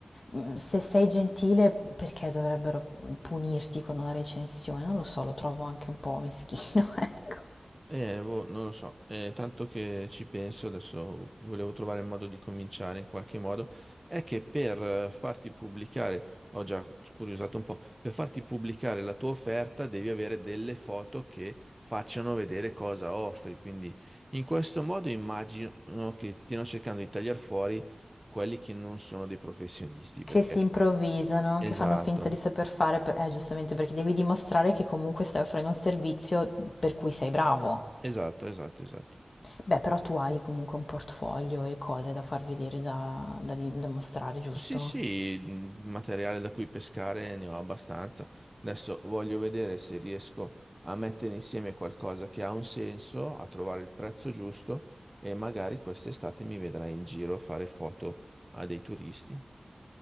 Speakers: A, on the left; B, on the right.
A: Mm, Se sei gentile, perché dovrebbero punirti con una recensione? Non lo so, lo trovo anche un po' meschino, <laughs> ecco.
B: Eh, boh, non lo so, Eh, tanto che ci penso, adesso volevo trovare il modo di cominciare in qualche modo, è che per eh, farti pubblicare, ho già curiosato un po', per farti pubblicare la tua offerta devi avere delle foto che facciano vedere cosa offri, quindi in questo modo immagino che stiano cercando di tagliare fuori quelli che non sono dei professionisti,
A: Che
B: perché...
A: si improvvisano,
B: Esatto,
A: che fanno finta di saper fare, per- eh, giustamente perché devi dimostrare che comunque stai offrendo un servizio per cui sei bravo.
B: esatto, esatto, esatto.
A: Beh, però tu hai comunque un portfolio e cose da far vedere, da, da di- da mostrare, giusto?
B: Sì, sì, mh, materiale da cui pescare ne ho abbastanza. Adesso voglio vedere se riesco a mettere insieme qualcosa che ha un senso, a trovare il prezzo giusto e magari quest'estate mi vedrai in giro a fare foto a dei turisti.